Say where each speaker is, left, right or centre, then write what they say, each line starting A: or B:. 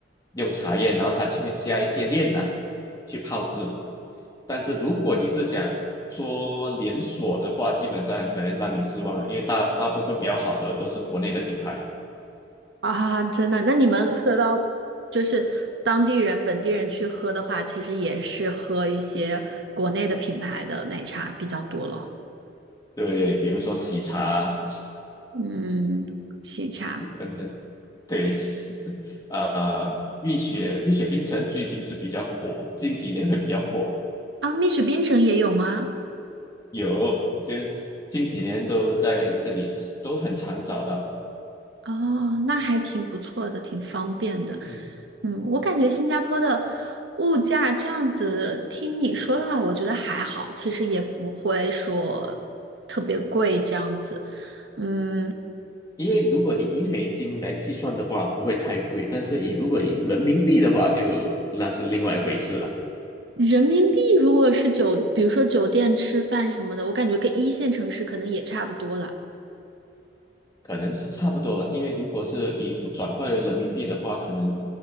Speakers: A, on the left; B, on the right.
A: 用茶叶，然后它就会加一些炼奶去泡制。但是如果你是想说连锁的话，基本上可能让你失望了，因为大大部分比较好喝的都是国内的品牌，
B: 啊，真的，那你们喝到就是当地人、本地人去喝的话，其实也是喝一些国内的品牌的奶茶比较多了。
A: 对，比如说喜茶啊
B: 嗯，喜茶
A: 等等。对，<laughs> 呃，蜜雪蜜雪冰城最近是比较火，近几年会比较火，
B: 啊，蜜雪冰城也有吗？
A: 有就近几年都在这里都很常找到。
B: 哦，那还挺不错的，挺方便的。
A: 嗯哼，
B: 嗯，我感觉新加坡的物价这样子，听你说的话，我觉得还好，其实也不会说特别贵这样子。嗯，
A: 因为如果你以美金来计算的话，不会太贵，但是以如果以人民币的话就，那是另外一回事了，
B: 人民币如果是酒，比如说酒店吃饭什么的，我感觉跟一线城市可能也差不多了。
A: 可能是差不多了。因为如果是以转换为人民币的话，可能